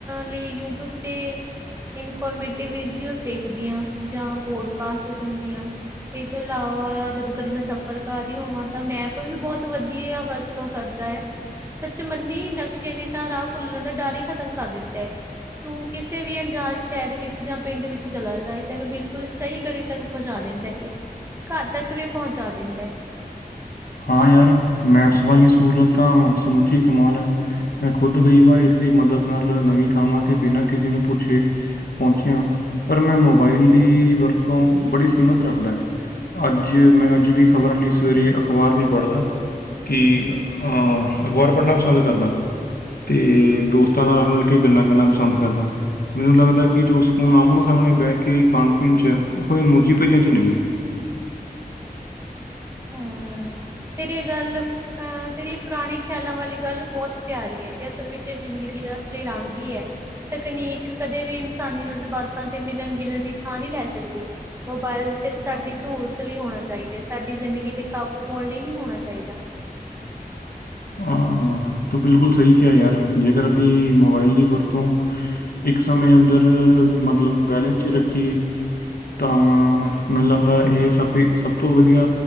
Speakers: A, on the right (about 15°); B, on the left (about 70°).
A: ਲਈ ਯੂਟਿਊਬ ਤੇ ਇਨਫੋਰਮੇਟਿਵ ਵੀਡੀਓਸ ਵੇਖਦੀ ਆਂ ਜਾਂ ਪੋਡਕਾਸਟ ਸੁਣਦੀ ਆਂ। ਇਹ ਤੋਂ ਇਲਾਵਾ ਜਦੋਂ ਕਦੇ ਮੈਂ ਸਫ਼ਰ ਕਰ ਰਹੀ ਹੋਵਾਂ ਤਾਂ ਮੈਪ ਵੀ ਬਹੁਤ ਵਧੀਆ ਵਰਤੋਂ ਕਰਦਾ ਐ। ਸੱਚ ਮੰਨੀ ਨਕਸ਼ੇ ਨੇ ਤਾਂ ਰਾਹ ਭੁੱਲਣ ਦਾ ਡਰ ਈ ਖ਼ਤਮ ਕਰ ਦਿੱਤਾ ਐ ਤੂੰ ਕਿਸੇ ਵੀ ਅੰਜਾਣ ਸ਼ਹਿਰ ਵਿੱਚ ਜਾਂ ਪਿੰਡ ਵਿੱਚ ਚਲਾ ਜਾਏ ਤੈਨੂੰ ਬਿਲਕੁਲ ਸਹੀ ਗਲੀ ਤੱਕ ਪਹੁੰਚਾ ਦਿੰਦਾ ਏ, ਘਰ ਤੱਕ ਵੀ ਪਹੁੰਚਾ ਦਿੰਦਾ।
B: ਹਾਂ ਯਾਰ, ਮੈ ਪ <unintelligible> ਵਾਲੀ ਸਹੂਲਤ ਤਾਂ ਸਮੁੱਚੀ ਕਮਾਲ ਐ। ਮੈਂ ਖੁਦ ਕਈ ਵਾਰ ਇਸ ਦੀ ਮਦਦ ਨਾਲ ਨਵੀਂ ਥਾਵਾਂ ਤੇ ਬਿਨਾਂ ਕਿਸੇ ਨੂੰ ਪੁੱਛੇ ਪਹੁੰਚਿਆਂ, ਪਰ ਮੈਂ ਮੋਬਾਈਲ ਦੀ ਵਰਤੋਂ ਬੜੀ ਸੀਮਿਤ ਰੱਖਦਾ ਐ। ਅੱਜ ਮੈਂ ਅੱਜ ਵੀ ਖ਼ਬਰਾ ਲਈ ਸਵੇਰੇ ਅਖਬਾਰ ਨਈਂ ਪੜ੍ਹਦਾ ਕਿ ਅਹ ਅਖਬਾਰ ਪੜ੍ਹਨਾ ਪਸੰਦ ਕਰਦਾ। ਤੇ ਦੋਸਤਾਂ ਨਾਲ ਰ ਮਿਲ ਕੇ ਗੱਲਾਂ ਕਰਨਾ ਪਸੰਦ ਕਰਦਾ ਮੈਨੂੰ ਲੱਗਦਾ ਕਿ ਜੋ ਸਕੂਨ ਆਮੋ-ਸਾਹਮਣੇ ਬਹਿ ਕੇ ਖਾਣ-ਪੀਣ ਚ ਏ, ਉਹ ਇਮੂਜੀ ਭੇਜਣ ਚ ਨਈਂ ਐ। <unintelligible>
A: ਹੂੰ, ਤੇਰੀ ਗੱਲ ਤੇਰੀ ਪੁਰਾਣੇ ਖਿਆਲਾਂ ਵਾਲੀ ਗੱਲ ਬਹੁਤ ਪਿਆਰੀ ਐ ਤੇ ਅਸਲ ਵਿੱਚ ਇਹ ਜ਼ਿੰਦਗੀ ਦਾ ਅਸਲੀ ਰੰਗ ਈ ਐ। ਤਕਨੀਕ ਕਦੇ ਵੀ ਇਨਸਾਨੀਂ ਜਜ਼ਬਾਤਾਂ ਤੇ ਮਿਲਣ ਗਿਲਣ ਦੀ ਥਾਂ ਨਈਂ ਲੈ ਸਕਦੀ। ਮੋਬਾਇਲ ਸਿਰਫ ਸਾਡੀ ਸਹੂਲਤ ਲਈ ਹੋਣਾ ਚਾਹੀਦਾ ਐ ਸਾਡੀ ਜ਼ਿੰਦਗੀ ਇਦੇ ਕਾਬੂ ਪਾਉਣ ਲਈ ਨਈਂ ਹੋਣਾ ਚਾਹੀਦਾ।
B: ਹਾਂ, ਤੂੰ ਬਿਲਕੁਲ ਸਹੀ ਕਿਹਾ ਯਾਰ ਜੇਕਰ ਅਸੀਂ ਮੋਬਾਇਲ ਦੀ ਵਰਤੋਂ ਇੱਕ ਸਮੇਂ ਅੰਦਰ ਮਤਲਬ ਬੈਲੇੈਕ ਚ ਰੱਖੀਏ। ਤਾਂ ਮੈਨੂੰ ਲੱਗਦਾ ਇਹ ਸਭ ਈ ਸਭ ਤੋਂ ਵਧੀਆ